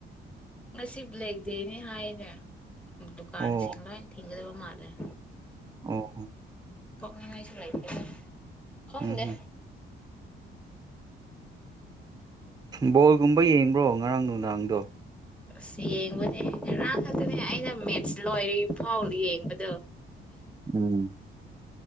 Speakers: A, in the centre; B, on the right (about 20°).
A: ꯉꯁꯤꯕꯨ ꯂꯩꯇꯦꯅꯦ ꯍꯥꯏꯅꯦ ꯗꯨꯀꯥꯟꯁꯤꯡ
B: ꯑꯣ
A: ꯂꯣ ꯊꯤꯡꯒꯗ ꯃꯥꯅꯦꯦ
B: ꯑꯣ
A: ꯊꯣꯛꯣꯛꯅꯤꯡꯉꯥꯏꯁꯨꯥꯏꯇꯦ ꯍꯪꯗꯦ
B: ꯎꯝ ꯎꯝ ꯕꯣꯜꯒꯨꯝꯕ ꯌꯦꯡꯕ꯭ꯔꯣ ꯉꯔꯥꯡ ꯅꯨꯅꯨꯡꯗꯥꯡꯗꯣ
A: ꯑꯁ ꯌꯦꯡꯕꯅꯦ ꯉꯔꯥꯡ ꯈꯛꯇꯅꯦ ꯑꯩꯅ ꯃꯦꯠꯁ ꯂꯣꯏꯔꯤ ꯐꯥꯎ ꯌꯦꯡꯕꯗꯣ
B: ꯎꯝ